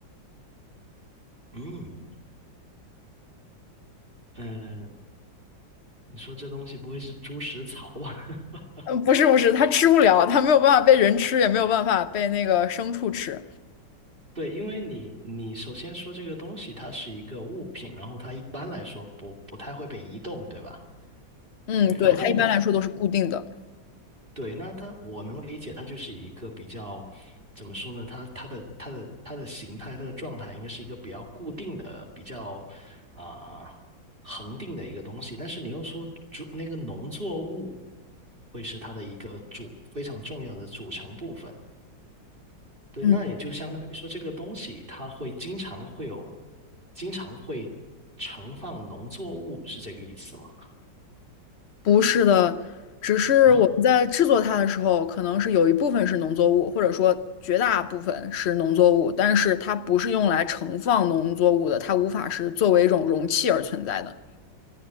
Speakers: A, on the right (about 30°); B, on the left (about 60°).
A: 嗯，呃，你说这东西不会是猪食草吧？<laughs>
B: 不是不是，它吃不了，它没有办法被人吃，也没有办法被那个牲畜吃。
A: 对，因为你你首先说这个东西它是一个物品，然后它一般来说不不太会被移动，对吧？
B: 嗯，
A: 对，
B: 对，
A: 然后
B: 它一般来说都是固定的。
A: 对，那它我能理解，它就是一个比较怎么说呢？它它的它的它的形态，它的状态应该是一个比较固定的、比较啊、恒定的一个东西。但是你又说主那个农作物会是它的一个主非常重要的组成部分。对，
B: 嗯，
A: 那也就相当于说这个东西它会经常会有，经常会盛放农作物，是这个意思吗？
B: 不是的，只是我们在制作它的时候，
A: 啊？
B: 可能是有一部分是农作物，或者说绝大部分是农作物，但是它不是用来盛放农作物的，它无法是作为一种容器而存在的。